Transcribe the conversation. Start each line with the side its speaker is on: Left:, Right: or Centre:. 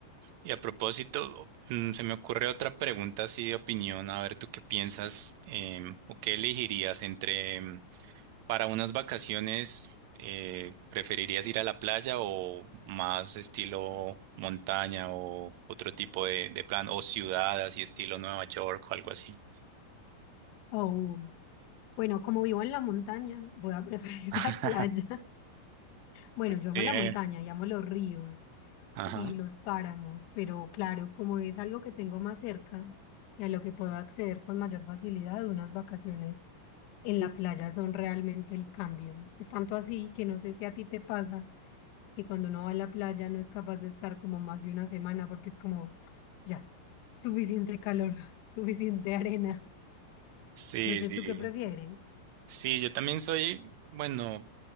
Right: Y a propósito, mm, se me ocurre otra pregunta así de opinión, a ver tú qué piensas em, o qué elegirías entre Para unas vacaciones, eh, ¿preferirías ir a la playa o más estilo montaña o otro tipo de, de plan o ciudad así estilo Nueva York o algo así?
Left: O, bueno, como vivo en la montaña, voy a preferir
Right: <laughs>
Left: <laughs> la playa. Bueno, yo
Right: Sí,
Left: amo la
Right: eh.
Left: montaña y amo los ríos
Right: Ajá.
Left: y los páramos, pero claro, como es algo que tengo más cerca y a lo que puedo acceder con mayor facilidad, unas vacaciones en la playa son realmente el cambio. Es tanto así que no sé si a ti te pasa que cuando uno va a la playa no es capaz de estar como más de una semana porque es como, "Ah, ya, suficiente calor, <laughs> suficiente arena.
Right: Sí,
Left: No
Right: sí.
Left: sé tú qué prefieres,
Right: Sí, yo también soy, bueno,